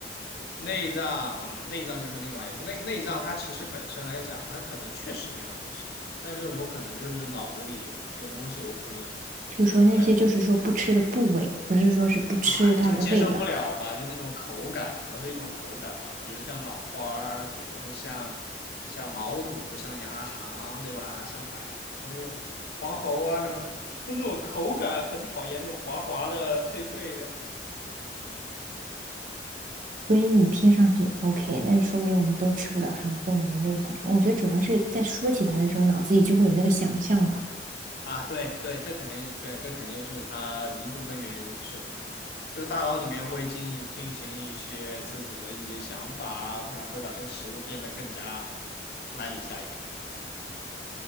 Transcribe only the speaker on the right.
就是说那些就是说不吃的部位，不是说是不吃它的味道。
所以你听上去 OK，那就说明我们都吃不了什么动物内脏什么。我觉得主要是在说起它的时候，脑子里就会有那个想象吧。